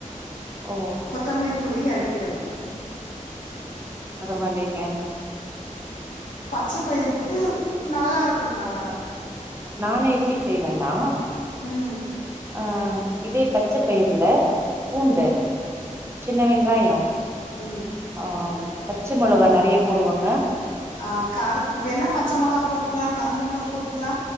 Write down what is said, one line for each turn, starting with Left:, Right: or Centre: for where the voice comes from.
Right: ஓ
Left: கொத்தமல்லி தூவி எறக்கிடுவே
Right: பரவால்லைங்க
Left: பச்ச பயிருக்கு நல்லாருக் க்கு நல்லாருக்கு
Right: நானு எப்டி செய்வேன்னா
Left: ம்
Right: ஆ
Left: ம்
Right: இதே பச்ச பயிர்ல பூண்டு சின்ன வெங்காயோ
Left: ம்
Right: ஆ பச்ச மொளகா நெறைய போடுவங்க
Left: அ காரத்துக்கு வேனா பச்ச மொளா போட்டுக்கலா காஞ்ச மொளா போட்டுக்கலா